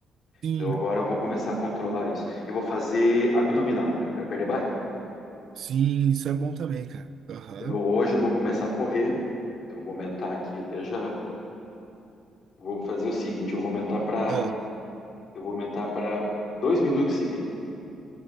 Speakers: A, on the right (about 65°); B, on the left (about 55°).
A: Sim,
B: então agora eu vou começar a controlar isso. Eu vou fazer abdominal, cara, eu quero perder barriga.
A: sim, isso é bom também, cara. Aham.
B: Então eu- hoje eu vou começar a correr, então eu vou aumentar aqui até já. Eu vou fazer o seguinte, eu vou aumentar para,
A: Ah,
B: eu vou aumentar para dois minutos e meio.